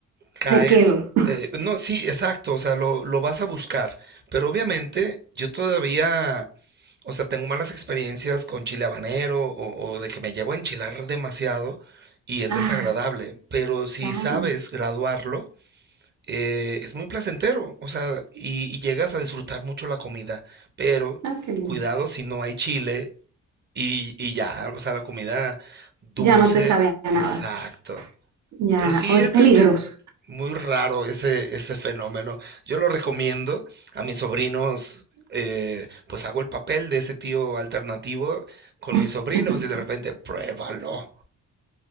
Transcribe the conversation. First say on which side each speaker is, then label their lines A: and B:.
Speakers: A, on the right; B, on the right.
A: caes,
B: Me quedo. <laughs>
A: eh, no, sí, exacto, o sea, lo, lo vas a buscar, pero obviamente yo todavía, o sea, tengo malas experiencias con chile habanero o, o de que me llego a enchilar demasiado y es
B: Ah,
A: desagradable, pero si
B: claro.
A: sabes graduarlo, eh, es muy placentero, o sea, y, y llegas a disfrutar mucho la comida, pero
B: Ah, qué bien.
A: cuidado si no hay chile y, y ya, o sea, la comida dulce,
B: Ya no te sabía nada.
A: exacto.
B: Ya,
A: Pero sí,
B: o es
A: es
B: peligroso.
A: me- me- muy raro ese, ese fenómeno. Yo lo recomiendo a mis sobrinos, eh, pues hago el papel de ese tío alternativo con
B: <laughs>
A: mis sobrinos y de repente, pruébalo.